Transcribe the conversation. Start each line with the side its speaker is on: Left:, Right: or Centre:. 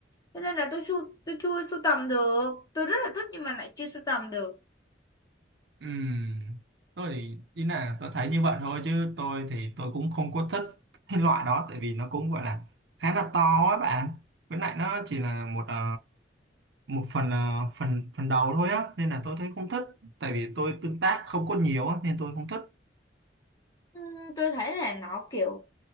Left: Cho nên là tôi sưu tôi chưa sưu tầm được. Tôi rất là thích nhưng mà lại chưa sưu tầm được.
Right: Ừm, tôi thì ý là tôi thấy như vậy thôi chứ tôi thì tôi cũng không có thích cái loại đó tại vì nó cũng gọi là khá là to á bạn với lại nó chỉ là một ờ, một phần ờ, phần phần đầu thôi á nên là tôi thấy không thích tại vì tôi tương tác không có nhiều á nên tôi không thích
Left: Ừ, tôi thấy là nó kiểu